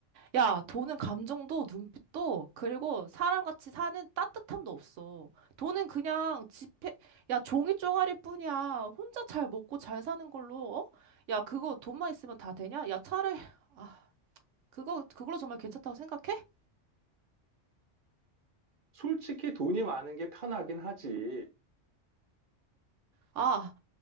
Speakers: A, on the right; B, on the right.
A: 야, 돈은 감정도 눈빛도 그리고 사람같이 사는 따뜻함도 없어. 돈은 그냥 지폐, 야, 종이 쪼가리 뿐이야. 혼자 잘 먹고 잘 사는 걸로, 어? 야, 그거 돈만 있으면 다 되냐? 야, 차라리, 아, 그거, 그걸로 정말 괜찮다고 생각해?
B: 솔직히 돈이 많은 게 편하긴 하지.
A: 아,